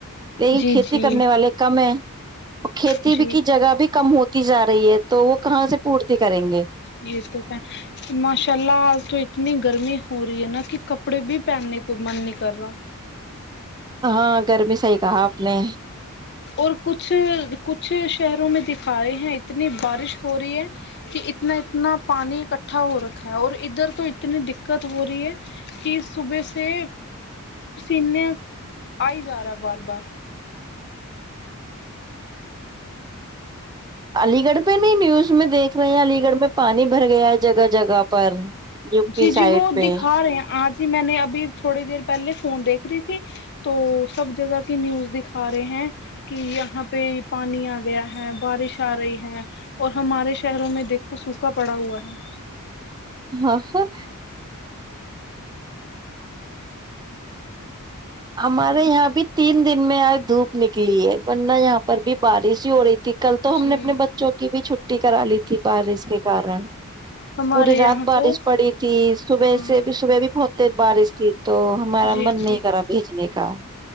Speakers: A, on the right; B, on the left.
A: لیکن
B: جی
A: کھیتی
B: جی
A: کرنے والے کم ہیں وہ کھیتی
B: جی
A: بھی کی جگہ بھی کم کی جا رہی ہے تو وہ کہاں سے پھوٹتی کریں گے
B: جی اس تو ماشاءاللہ تو اتنی گرمی ہو رہی ہے نا کہ کپڑے بھی پہننے کو من نہیں کر رہا
A: ہاں گھر بھی صحیح کہا اپ نے
B: اور کچھ کچھ شہروں میں دکھائے ہیں اتنی بارش ہو رہی ہیں کہ اتنا اتنا پانی اکٹھا ہو رکھا ہے اور ادھر تو اتنے دقت ہو رہی ہیں کی صبح سے سینے ائی جا رہا ہے بار بار
A: علی گڑھ پہ نہیں نیوز میں دیکھ رہے ہیں علی گڑھ میں پانی بھر گیا جگہ جگہ پر U P
B: G G
A: side
B: وہ
A: پہ
B: دیکھا رہے ہیں آجی میں نے ابھی تھوڑی دیر پہلے فون دیکھ رہی تھی تو سب جگہ کی نیوز دیکھا رہے ہیں کہ یہاں پہ پانی آ گیا ہے بارش آ رہی ہے اور ہمارے شہروں میں دیکھو سوکھا پڑا ہوا ہے
A: ہاں ہمارے یہاں بھی تین دن میں آج دھوپ نکلی ہے ورنہ یہاں پر بھی بارش ہی ہو رہی تھی کل تو ہم
B: جی
A: نے اپنے بچوں کی بھی چھٹی کرا لی تھی بارش کے کارن
B: ہمارے
A: پوری
B: یہاں
A: رات بارش
B: تو
A: پڑی تھی صبح
B: ہاں
A: سے بھی صبح بھی بہت بارش تھی تو ہمارا
B: جی
A: من نہیں
B: جی
A: کرا بھیجنے کا